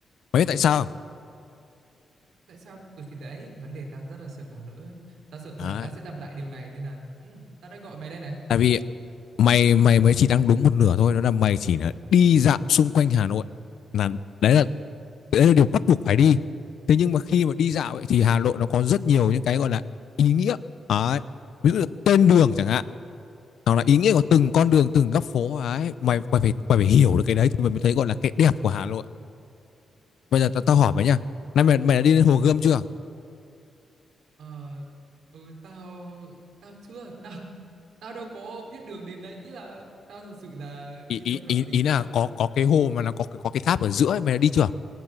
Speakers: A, on the left (about 70°); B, on the right (about 85°).
A: mày biết tại sao không?
B: Tại sao? Ừ thì đấy, vấn đề tao rất là sợ bỏ lỡ. Tao sợ
A: đấy.
B: là tao sẽ lặp lại điều này nên là ừ, tao đã gọi mày đây này.
A: tại vì mày mày mới chỉ đang đúng một nửa thôi đó là mày chỉ là đi dạo xung quanh Hà Nội là đấy là đấy là điều bắt buộc phải đi thế nhưng mà khi mà đi dạo ấy, thì Hà Nội nó có rất nhiều những cái gọi là ý nghĩa đấy. ví dụ là tên đường chẳng hạn hoặc là ý nghĩa của từng con đường từng góc phố ấy mày mày phải mày phải hiểu được cái đấy thì mày mới thấy gọi là cái đẹp của Hà Nội bây giờ tao tao hỏi mày nha nay mày mày đã đi lên hồ Gươm chưa
B: Ờ, ừ, tao tao chưa tao tao đâu có biết đường đến đấy ý là tao thật sự là
A: ý
B: đi
A: ý
B: theo cảm
A: ý
B: tính
A: ý
B: và
A: là có có cái hồ mà nó có có cái tháp ở giữa ấy, mày đã đi chưa